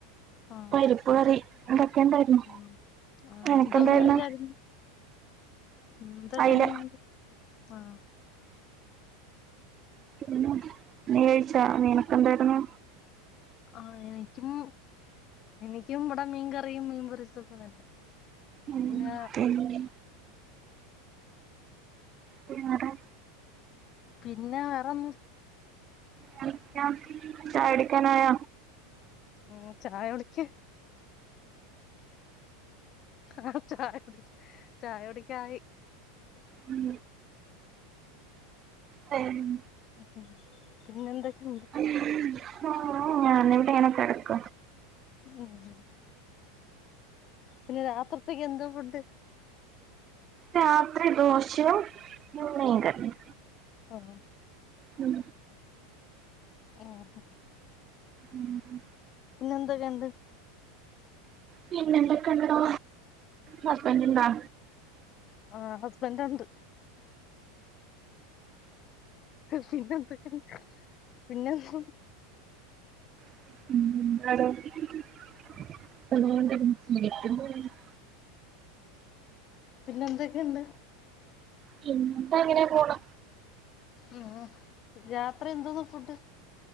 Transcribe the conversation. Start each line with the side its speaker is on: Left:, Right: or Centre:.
Left: ആ
Right: പരിപ്പ് കറി, ഇതൊക്കെണ്ടാരുന്നു
Left: ഉം ആ
Right: അനക്ക്
Left: എന്തോന്ന്
Right: എന്താരുന്നു
Left: മെയിലായിരുന്നു എന്തൊക്കെ
Right: അയില
Left: മീൻണ്ട് ആ
Right: പിന്നെ നീ കഴിച്ചാ നിനക്ക് എന്തായിരുന്നു
Left: ആ എനിറ്റും എനിക്കും വട മീൻകറിയും മീൻ പൊരീച്ചതുംക്കെ തന്നെ
Right: ഉം
Left: പിന്നെ
Right: പിന്നെ വേറെ
Left: പിന്ന വേറൊന്നു
Right: <unintelligible> ചായുടിക്കാനായൊ
Left: ഉം ചായുടിക്ക ആ ചായുടി ചായുടിക്കായി
Right: ഉം തെൻ
Left: ഉം പിന്നെ എന്തെക്കെ ഉണ്ട്
Right: ആഹ് ഞാനി ഇവിടേണ് കെടക്ക
Left: ഇജ് പിന്ന രാത്രിത്തെക്കെന്ത ഫുഡ്ഡ്
Right: രാത്രി ദോഷ്യും, മീൻ കറിയും
Left: ആഹ്
Right: ഉം
Left: ഉം ഹ്
Right: ഉം ഉ
Left: പിന്നെന്തൊക്കെ ഇണ്ട്
Right: പിന്നെന്തൊക്ക ഇണ്ടടോ ഹസ്ബന്റ്ണ്ടൊ
Left: ആഹ് ഹസ്ബൻ്റ്ണ്ട്. പിന്നെ എന്തൊക്കേണ് പിന്നെന്ത
Right: <unintelligible>
Left: പിന്നെ എന്തൊക്കെ ഇണ്ട്
Right: പിന്നന്ത അങ്ങനെ പോണു
Left: ഉം രാത്രി എന്തോന്ന ഫുഡ്ഡ്